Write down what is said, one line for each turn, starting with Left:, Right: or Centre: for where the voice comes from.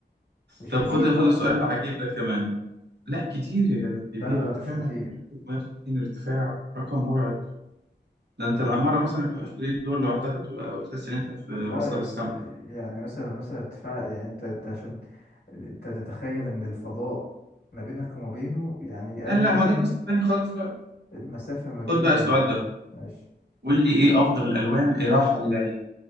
Left: مش
Right: طب
Left: كتير
Right: خد
Left: برضو
Right: خد السؤال العجيب ده كمان لا كتير يا جدع كبير
Left: لا لا
Right: انت
Left: مش
Right: فاهم
Left: كتير
Right: يعني 160 ارتفاع رقم مرعب ده انت العماره
Left: يعني
Right: مثلا بتبقى 20 دور لوحدها بتبقى بتحس ان انت في
Left: لا
Right: واصله
Left: يس
Right: للسما
Left: يعني مثلا مثلا ارتفاع يعني انت انت عشان انت تتخيل ان الفضاء ما بينك وما بينه يعني قد
Right: لا لا
Left: مثلا
Right: ما دي قصه تانيه خالص بقى
Left: المسافة ما بين
Right: خد بقى السؤال
Left: ال
Right: ده
Left: ماشي
Right: قول لي ايه افضل الالوان اراحه للعين